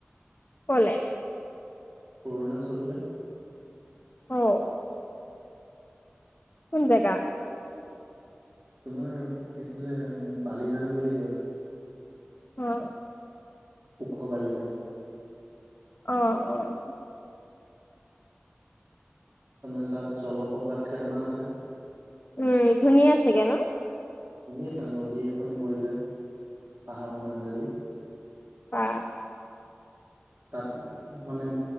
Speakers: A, on the left; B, on the right.
A: ক'লে?
B: অৰুণাচললৈ।
A: অ'। কোন জেগা?
B: তোমাৰ এইফালে বালিজান বুলি কয়।
A: অ'।
B: ওখ বালিজান।
A: অ' অ'।
B: তাৰমানে মানে তাত জলপ্ৰপাত কেইটামান আছে।
A: উম ধুনীয়া চাগে ন?
B: ধুনীয়া নদী এখন বৈ যায় পাহাৰৰ মাজদি।
A: ৱাহ।
B: তাত মানে